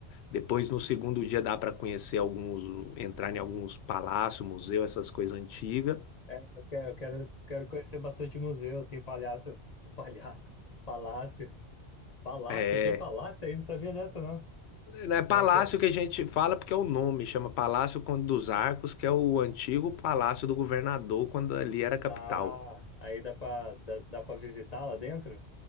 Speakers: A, on the left (about 75°); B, on the left (about 40°).
A: Depois, no segundo dia, dá para conhecer alguns, entrar em alguns palácios, museu, essas coisas antigas.
B: É, eu quero, eu quero, quero conhecer bastante museu, assim, palhaço, palhaço, palácio. Palácio?
A: É,
B: Tem palácio? Aí não sabia dessa, não.
A: né, palácio
B: Como é que é?
A: que a gente fala porque é o nome, chama Palácio Conde dos Arcos, que é o antigo palácio do governador quando ali era capital.
B: Ah, aí dá pra, dá, dá pra visitar lá dentro?